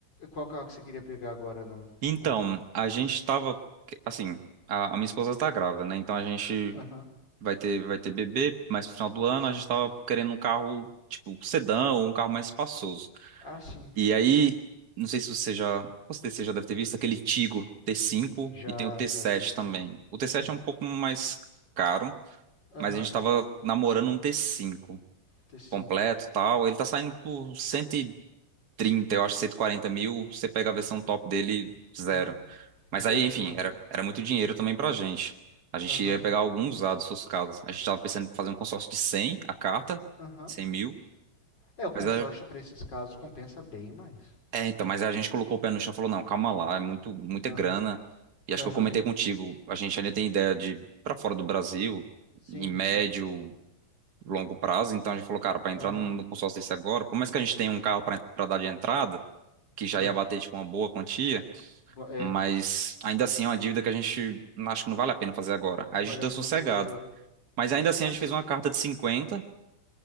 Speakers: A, on the left (about 35°); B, on the right (about 65°).
A: qual carro que você queria pegar agora não,
B: Então,
A: com...
B: a gente tava. Assim, a, a minha esposa tá grávida, né? Então a gente
A: Aham,
B: vai ter, vai ter bebê, mas no final do ano
A: sim.
B: a gente tava querendo um carro, tipo, sedã ou um carro mais espaçoso.
A: Ah, sim.
B: E aí, não sei se você já, com certeza você já deve ter visto aquele Tigo t cinco
A: Já,
B: e tem o t
A: já
B: sete
A: vi, sim.
B: também. O t
A: Sim.
B: sete é um pouco mais caro,
A: Aham.
B: mas a gente tava namorando um t cinco
A: t cinco
B: completo, e tal. Ele tá saindo por
A: Sim.
B: cento e trinta, eu acho, 140 mil. Você pega a versão
A: Sim.
B: top dele, zero.
A: Aham.
B: Mas
A: Zero
B: aí, enfim,
A: quilômetro.
B: era, era muito dinheiro também pra gente. A gente
A: Aham.
B: ia pegar alguns usados, se fosse o caso. A gente tava pensando em fazer um consórcio de 100 a carta,
A: Aham.
B: 100 mil.
A: É, o consórcio
B: Mas
A: para esses casos compensa bem mais.
B: É, então, mas a gente colocou o pé no chão e falou, não, calma lá, é muito, muita
A: Aham.
B: grana. E acho
A: Aham.
B: que eu comentei contigo, a gente ainda tem ideia de ir pra fora do Brasil,
A: Sim,
B: em médio,
A: sim.
B: longo prazo. Então a gente falou, cara, pra entrar
A: Aham.
B: num, num consórcio desse agora, por mais que a gente tenha um carro pra pra dar de entrada, que já
A: Ah.
B: ia bater, tipo, uma boa quantia,
A: Bo- É,
B: mas ainda assim é uma dívida que a gente acho que não vale a pena fazer agora. Aí
A: não
B: a gente
A: vale
B: deu
A: a pena
B: sossegado.
A: fazer agora.
B: Mas ainda assim
A: Ah,
B: a gente
A: sim.
B: fez uma carta de 50